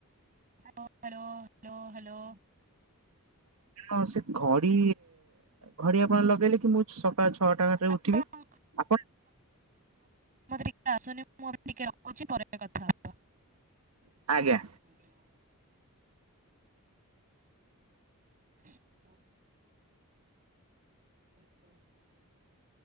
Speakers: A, on the right (about 40°); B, on the right (about 75°).
A: ହ ହ୍ୟାଲୋ ହ୍ୟାଲୋ ହ୍ୟାଲୋ
B: ଆଣ ସେ ଘଡି ଘଡି ଆପଣ ଲଗେଇଲେ କି ମୁଁ ସକାଳ ଛଅଟାରେ
A: ଆପଣ
B: ଉଠିବି ଆପଣ
A: ଟିକେ ଆସୁନି ମୁଁ ଏ ଟିକେ ରଖୁଛି ପରେ କଥା ହେବା।
B: ଆଜ୍ଞା।
A: ହ୍ୟାଲୋ <unintelligible> <inaudible>